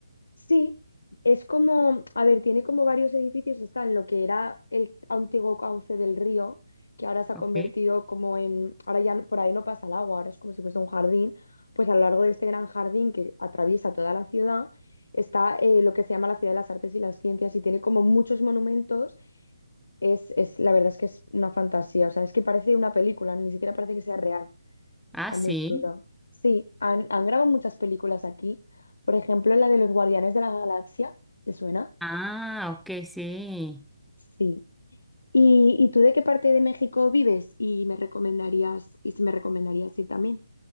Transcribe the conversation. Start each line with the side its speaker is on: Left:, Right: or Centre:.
Left: Sí, es como, a ver, tiene como varios edificios, está en lo que era el antiguo cauce del río, que ahora se ha
Centre: Ok.
Left: convertido como en, ahora ya no- por ahí no pasa el agua, ahora es como si fuese un jardín, pues a lo largo de este gran jardín que atraviesa toda la ciudad está eh, lo que se llama la Ciudad de las Artes y las Ciencias y tiene como muchos monumentos, es, es, la verdad es que es una fantasía, o sea, es que parece una película, ni siquiera parece que sea real.
Centre: Ah,
Left: Está
Centre: sí.
Left: muy chulo. Sí, han, han grabado muchas películas aquí. Por ejemplo, la de los Guardianes de la Galaxia. ¿Te suena?
Centre: Ah, ok, sí.
Left: Sí. ¿Y, y tú de qué parte de México vives? Y me recomendarías, y si me recomendarías ir también.